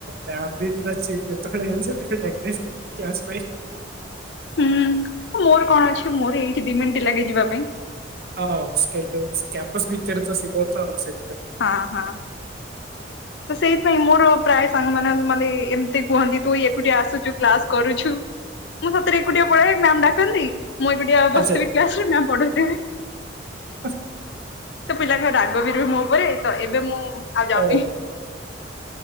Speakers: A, on the right (about 55°); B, on the left (about 65°).
A: ମ ବି ପୁରା ଯେତେବେଳେ ସେତଳେଡା୍ ପାଇଁ <unintelligible>
B: ହୁଁ ମୋର କଣ ଅଛି ମୋର ଏଇଠି ଦି ମିନିଟି ଲାଗେ ଯିବା ପାଇଁ।
A: ହଁ ଷ୍ଟିଲ୍ ସେ କ୍ୟାମ୍ପସ ଭିତରେ ତ ଶିବ ତ ସେଥିପାଇଁ।
B: ହଁ ହଁ। ତ ସେଇଥିପାଇଁ ମୋର ପ୍ରାୟ ସାଙ୍ଗ ମାନେ ମାନେ ଏମିତି କୁହନ୍ତି ତୁ ଏକୁଟିଆ ଆସୁଚୁ କ୍ଲାସ କରୁଛୁ।
A: <inaudible>
B: ମୁଁ ସତରେ ଏକୁଟିଆ ପଢାଏ ମ୍ୟାମ ଡାକନ୍ତି ମୁଁ ଏକୁଟିଆ
A: ଆଚ୍ଛା
B: ବସିଥିବି କ୍ଲାସ ରେ ମ୍ୟାମ ପଢଉଥିବେ।
A: ହସ
B: ତ ପିଲାଙ୍କ ରାଗ ବି ରହେ ମୋ ଉପରେ ତ ଏବେ ମୁଁ ଆଉ ଯାଉନି।
A: ହଁ।